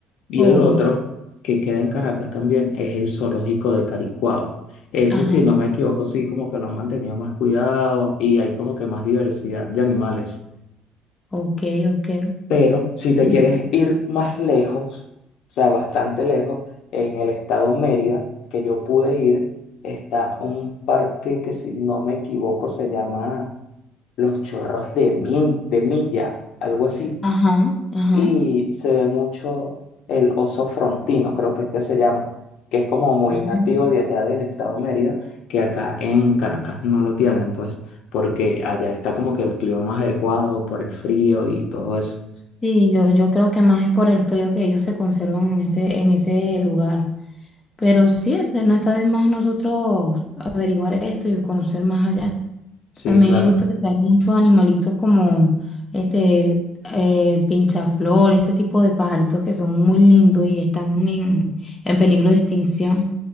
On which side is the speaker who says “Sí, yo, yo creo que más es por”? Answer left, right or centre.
Left